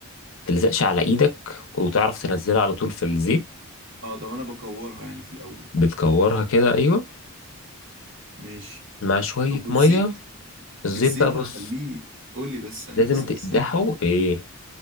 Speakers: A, on the left (about 60°); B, on the right (about 60°).
A: تلزقش على ايدك وتعرف تنزلها على طول في الزيت
B: اه ده وانا بكورها يعني في الاول
A: بتكورها كده ايوه
B: ماشي
A: مع شوية
B: طب والزيت
A: مية الزيت
B: الزيت
A: بقى بص
B: هخليه قول لي بس ثانية
A: لازم
B: بس
A: تقدحه
B: الزيت
A: ايه